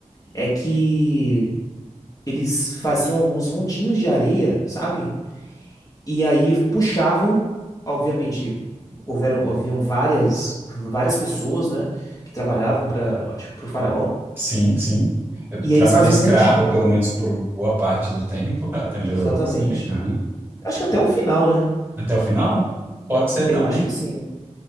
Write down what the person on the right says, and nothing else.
Sim, sim. Eu
trabalho
escravo,
pelo menos por boa parte do tempo, <laughs> até onde
eu sei. Uhum.
Até o final? Pode ser
também.